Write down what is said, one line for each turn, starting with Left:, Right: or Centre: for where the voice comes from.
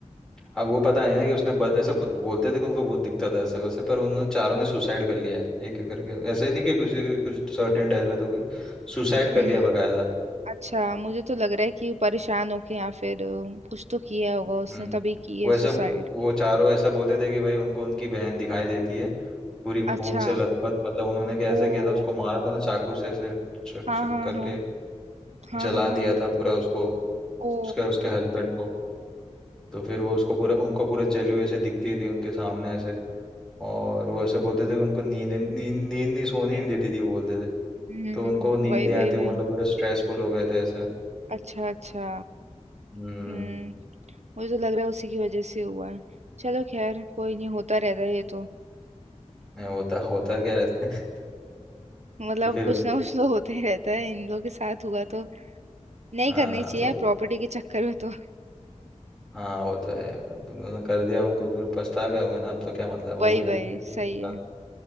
Centre: अब वो पता नहीं ना कि उसने बद, ऐसे बुद- बोलते थे कि उनको भूत दिखता था ऐसे वैसे पर उन चारों ने सुसाइड कर लिया है एक एक करके ऐसे ही नहीं कि किसी की कुछ सर्टेन डेथ वेथ हो गई सुसाइड
Right: हम्म
Centre: कर लिया बकायदा
Right: अच्छा मुझे तो लग रहा है कि परेशान होके या फिर अ, कुछ तो किया होगा उसने
Centre: हम्म
Right: तभी की है
Centre: वो ऐसा
Right: सुसाइड
Centre: वो चारों ऐसा बोलते थे कि भाई उनको उनकी बहन दिखाई देती है पूरी खून
Right: अच्छा
Centre: से लथपथ मतलब उन्होंने कैसे
Right: ओ
Centre: किया था उसको मारा था ना चाकू से ऐसे छक
Right: हाँ
Centre: छक
Right: हाँ
Centre: करके
Right: हाँ हाँ
Centre: जला
Right: हाँ हाँ
Centre: दिया था पूरा उसको
Right: ओ
Centre: उसके उसके हस्बैंड को तो फिर वो उसको पूरे उनको पूरे जली हुई ऐसे दिखती थी उनके सामने ऐसे और वो ऐसे बोलते थे कि उनको नींद नींद नींद नहीं सोनी नहीं देती थी वो बोलते थे
Right: हम्म
Centre: तो उनको नींद
Right: वही
Centre: नहीं आ
Right: वही
Centre: रही थी वो
Right: वही
Centre: मतलब पूरे स्ट्रेसफुल हो गए थे ऐसे
Right: अच्छा अच्छा
Centre: हम्म
Right: हम्म मुझे तो लग रहा है उसी की वजह से हुआ है चलो खैर कोई नहीं होता रहता है ये तो
Centre: नहीं होता होता क्या रहता है <laughs>
Right: मतलब
Centre: तो फिर
Right: कुछ ना कुछ तो होते ही रहता है इन लोगों के साथ हुआ तो नहीं
Centre: हाँ
Right: करनी चाहिए
Centre: तो
Right: प्रॉपर्टी के चक्कर में तो
Centre: हाँ वो तो है यार। अब उन्होंने कर दिया उनको फिर पछता गए होंगे ना अब तो क्या मतलब
Right: <laughs>
Centre: हो
Right: वही
Centre: गया
Right: वही
Centre: उनके
Right: सही
Centre: साथ
Right: है